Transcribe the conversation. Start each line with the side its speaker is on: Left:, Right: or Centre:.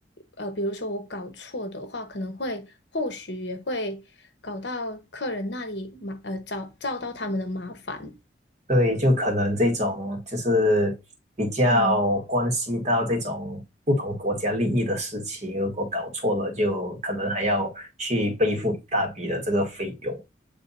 Left: 呃，比如说我搞错的话，可能会后续也会搞到客人那里麻呃找找到他们的麻烦。
Right: 对，就可能这种就是比较关系到这种不同国家利益的事情，
Left: 嗯。
Right: 如果搞错了，就可能还要去背负一大笔的这个费用。